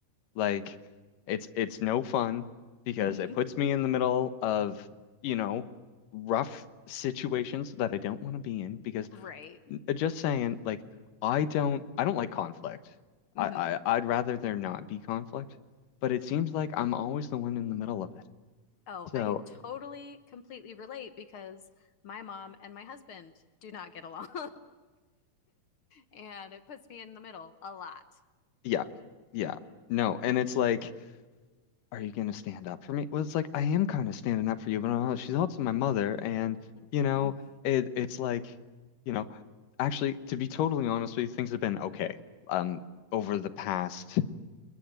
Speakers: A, on the left; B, on the left.
A: Like, it's it's no fun because
B: hmm
A: it puts me in the middle of, you know, rough situations that I don't want to be in because
B: Right.
A: uh, just saying, like, I don't I don't like conflict.
B: hmm
A: I, I I'd rather there not be conflict, but it seems like I'm always the one in the middle of it.
B: Oh,
A: So
B: I totally completely relate because my mom and my husband do not get along. <laughs> And it puts me in the middle a lot.
A: yeah, yeah, no, and it's like, are you gonna stand up for me? Well, it's like I am kind of standing up for you, but uh, she's also my mother, and you
B: hmm
A: know, it it's like, you know, actually, to be totally honest with you, things have been okay. Um, over the past,